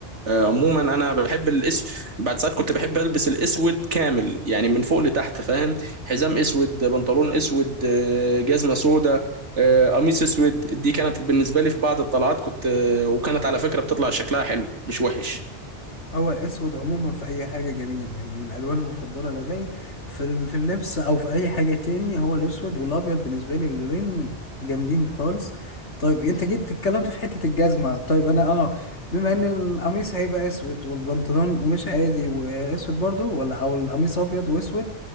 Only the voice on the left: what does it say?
هو الأسود عموما في أي حاجة جميل يعني من الألوان المفضلة لدي في ال- في اللبس أو في أي حاجة تاني هو الأسود والأبيض بالنسبة لي اللونين جامدين خالص طيب أنت جيت اتكلمت في حتة الجزمة طيب أنا أه بما إن القميص هيبقى أسود والبنطلون قماش عادي وأسود برضو ولا أو القميص أبيض وأسود